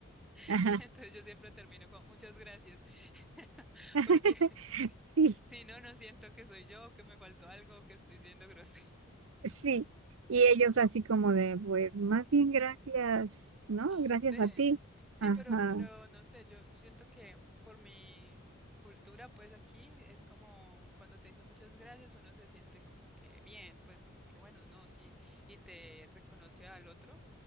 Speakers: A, in the centre; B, on the right (about 70°).
A: <laughs>
B: ajá.
A: Entonces yo siempre termino con muchas gracias, <laughs>
B: <laughs>
A: porque <laughs> si,
B: Sí,
A: si no, no siento que soy yo, que me faltó algo, que estoy siendo grosero.
B: sí. Y ellos así como de, pues, más bien gracias, ¿no?
A: A
B: Gracias
A: usted.
B: a ti.
A: Sí,
B: Ajá,
A: pero, pero no sé, yo siento que por mi cultura, pues aquí es como cuando te dicen muchas gracias, uno se siente como que bien, pues como que bueno, no, sí, y te reconoce al otro